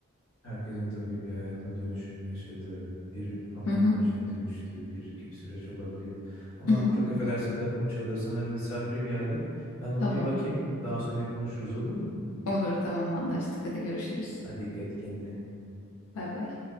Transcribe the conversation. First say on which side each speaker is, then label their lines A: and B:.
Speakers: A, on the left; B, on the left.
A: herkesin tabii bir hayatın dönüşüm yaşadığı, bir hamam
B: Hı hı.
A: böceğine dönüştüğü bir gü- süreç olabiliyor. Ama
B: Hı hı.
A: çok affedersin kapım çalıyor. Sanırım misafir geldi. Ben ona
B: Tamam.
A: bir bakayım. Daha sonra yine konuşuruz olur mu?
B: Olur tamam anlaştık. Hadi görüşürüz.
A: Hadi dikkat et kendine.
B: Bay bay.